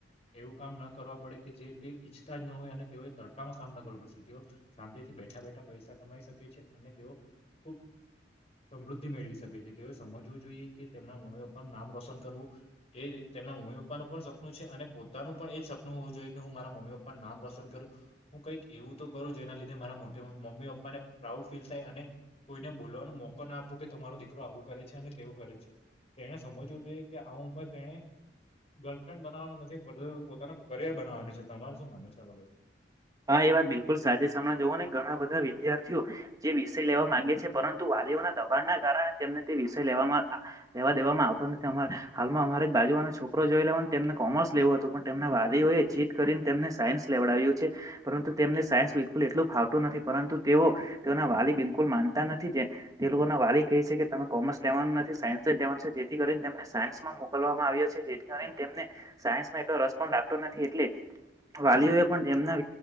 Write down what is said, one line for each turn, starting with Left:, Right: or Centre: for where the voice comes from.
Left: એવું કામ ન કરવા પડે કે જે તે ઈચ્છતા જ ન હોય, અને તેઓએ તડકામાં કામ ના કરવું પડશે, તેઓ શાંતિથી. બેઠા બેઠા પૈસા કમાઈ શકે છે, અને તેઓ ખૂબ સમૃદ્ધિ મેળવી શકે છે, તેઓએ સમજવું જોઈએ કે તેમના મો પર નામ રોશન કરવું. એ તેમના મમ્મી પપ્પાનું પણ સપનું છે, અને પોતાનું પણ એજ સપનું હોવું જોઈએ, કે હું મારા મમ્મી પપ્પા નામ રોશન કર્યું હુ કઈક એવુ, તો કરુ, જેના લીધે મારા મમ્મી પપ્પાને પ્રાઉડ ફીલ થાય કોઈને બોલવાનો મોકો ના આપવું કે તમારો દીકરો આવું કરે છે, અને તેવું કરે છે, તેણે સમજવું જોઈએ કે, આવુંમાં તેને ગર્લફ્રેન્ડ બનાવવાનું નથી પરુ પોતાનું કરિયર બનાવવાનું છે, તમાર શું માનું છે, આ બાબત
Right: હા, એ વાત બિલકુલ સાજે સમણાં જવ ને ઘણા બધા વિદ્યાર્થીઓ જે વિષય લેવા માંગે છે, પરંતુ વાલીઓના દબાણના, કારણે તેમને તે વિષય લેવામાં લેવા દેવામા આવતો નથી, હાલમાં અમારી બાજુ છોકરો જોઈ લેવા તેમને કોમર્સ લેવું હતું પણ તેમના વાલીઓ એ જીત કરીને તેમને સાયન્સ લેવડાવ્યું છે. પરંતુ તેમને સાયન્સ બિલકુલ એટલું ફાવટું નથી, પરંતુ તેઓ તેના વાલી બિલકુલ માનતા નથી, જે તે લોકો ના વાલી કહે છે કે તમે કોમર્સ લેવાનું નથી સાયન્સ જ લેવાનું છે જેથી કરીને તને સાયન્સમાં મોકલવામાં આવે. મળ્યો છે, જેથી કરીને તેમને સાયન્સમાં એટલો રસ પણ રાખતો નથી, એટલે વાલીઓએ પણ તેમના